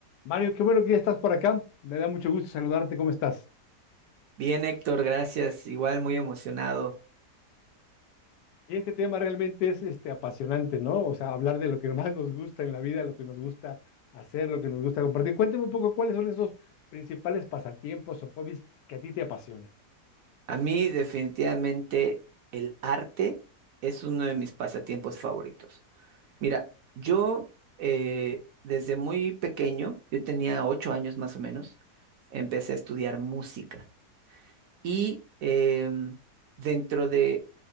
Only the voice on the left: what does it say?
Mario, qué bueno que ya estás por acá. Me da mucho gusto saludarte. ¿Cómo estás?
Y este tema realmente es este, apasionante, ¿no? O sea, hablar de lo que más nos gusta en la vida, lo que nos gusta hacer, lo que nos gusta compartir. Cuéntame un poco cuáles son esos principales pasatiempos o hobbies que a ti te apasionan.